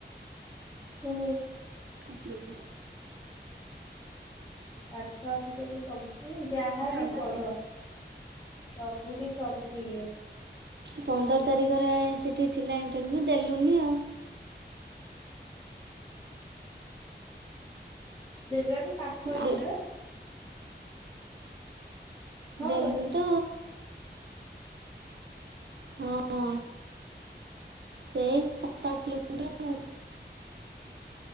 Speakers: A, on the left (about 20°); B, on the right (about 70°).
A: ହୁଁ
B: ପକ୍୍ଲବୀ
A: ପାଠ ଆଜିକାଲି ସବୁ ମାନେ ଯାହାବ
B: ଛାଡ଼ କଥା
A: ପଢ ସବୁଠି ସବୁ ଇଏ
B: ପନ୍ଦର ତାରିଖରେ ସେଇଠି ଥିଲା ଇଣ୍ଟରଭ୍ୟୁ ଦେଲୁନି ଆଉ
A: ଦେଡଲର ପାଖ ହେଇଦବା
B: ଆଉ ଦେଲୁ
A: ହବନି?
B: ତ ହଁ ସେଇ ସାତ ଆଠ କିଲୋମିଟର